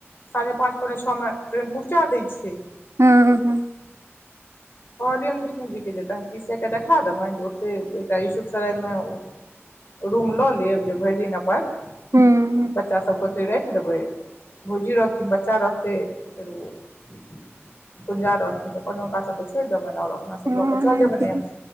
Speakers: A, on the left (about 50°); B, on the right (about 85°).
A: साढ़े पाँच पौने छःओ मे ट्रेन पहुँचा दैत छै
B: <unintelligible>
A: कहलियनि विष्णु जी के जेतैन तीस के देखा देबे बे यूसुफसराय मे रूम लऽ लेब जे भरि दिन अपन
B: हूँ
A: बच्चा सभके ओतै राखि देबै भौजी रहथिन बच्चा रहतै फेर ओ <inaudible> कुंजा रहथिन तऽ हुनका सब छोड़ देबइन और अपना सब
B: हँ
A: लऽ कऽ चल
B: नहि
A: जेबै
B: ठीक
A: न एम्स